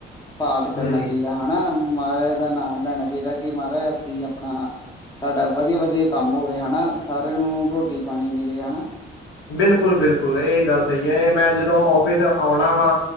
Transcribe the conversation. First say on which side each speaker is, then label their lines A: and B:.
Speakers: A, on the left; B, on the left.
A: ਪਾਠ ਕਰਨਾ
B: ਹੂੰ।
A: ਚਾਹੀਦਾ। ਹਣਾ। ਮਾਹਰਾਜ ਦਾ ਨਾਮ ਲੈਣਾਂ ਚਾਹੀਦਾ। ਕਿ ਮਾਹਰਾਜ ਅਸੀਂ ਆਪਣਾ ਸਾਡਾ ਵਧੀਆ-ਵਧੀਆ ਕੰਮ ਹੋਵੇ ਹਨਾ। ਸਾਰਿਆਂ ਨੂੰ ਰੋਟੀ-ਪਾਣੀ ਮਿਲੇ ਹਨਾ।
B: ਬਿਲਕੁਲ-ਬਿਲਕੁਲ ਇਹ ਗੱਲ ਸਹੀ ਐ। ਇਹ ਮੈਂ ਜਦੋਂ ਔਫਿਸ ਆਉਣਾ ਵਾ